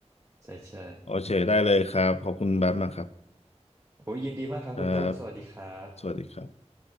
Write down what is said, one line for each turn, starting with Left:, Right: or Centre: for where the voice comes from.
Right: ใช่ใช่
Left: โอเคได้เลยครับขอบคุณบัตรมากครับ
Right: โอ้ยยินดีมากครับคุณต้นสวัสดีครับ
Left: ครับสวัสดีครับ